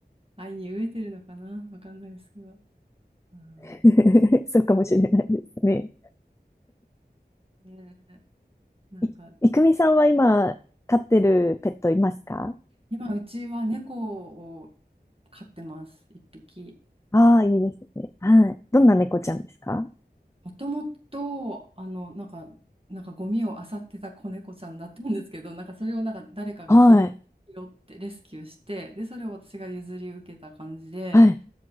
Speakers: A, on the right; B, on the left.
A: 愛に飢えてるのかなわかんないですけど。うん
B: <laughs> そうかもしれないですね。
A: ねえ、なんか、
B: い、いくみさんは今、飼ってるペットいますか
A: 今うちは猫を飼ってます、一匹。
B: ああー、いいですね。はい。どんな猫ちゃんですか
A: もともと、あの、なんか、なんかゴミを漁ってた子猫ちゃんだったんですけど、なんかそれをなんか誰かが拾、
B: はい。
A: 拾ってレスキューして、で、それを私が譲り受けた感じで、
B: はい。